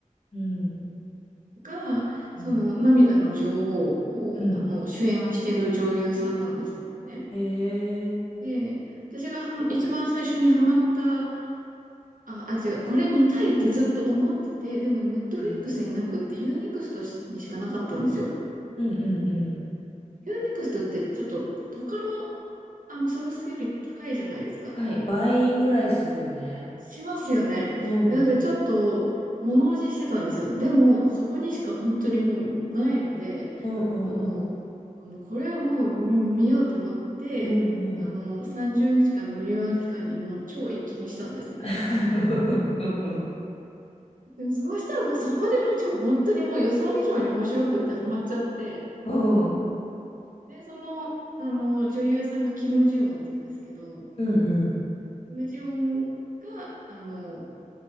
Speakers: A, on the left (about 45°); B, on the right (about 80°).
A: うん、
B: が、その涙の女王を、
A: うん。うん
B: あの、主演をしている女優さんなんですね。
A: へえ。
B: で、私がはま一番最初にハマった、あ、あ、違う、これ見たいってずっと思ってて、でもネットフリックスになくってユーネクストにしかなかったんですよ。
A: うん、うん、うん。うん
B: ユーネクストってちょっと他の、あの、サブスクより高いじゃないですか。
A: はい、倍ぐらいするよね。
B: しますよね。
A: うん、
B: だからちょっと、
A: うん、
B: 物おじしてたんですよ。でも、そこにしか本当にもうないので、
A: うん、うん、
B: あも
A: うん、
B: う、もうこれはもう見、見ようと思って、
A: うん、
B: あの、
A: うん、
B: 30日間無料の期間にもう超一気見したんですよね。
A: <laughs>
B: <laughs>
A: うんうん、
B: でもそうしたらもうそこでもう超本当にもう予想以上に面白くってハマっちゃって、
A: うん
B: で、その、あの、女優さんがキム・ジヨンっていうんですけど、
A: うんうん
B: キム・ジヨンが、あの、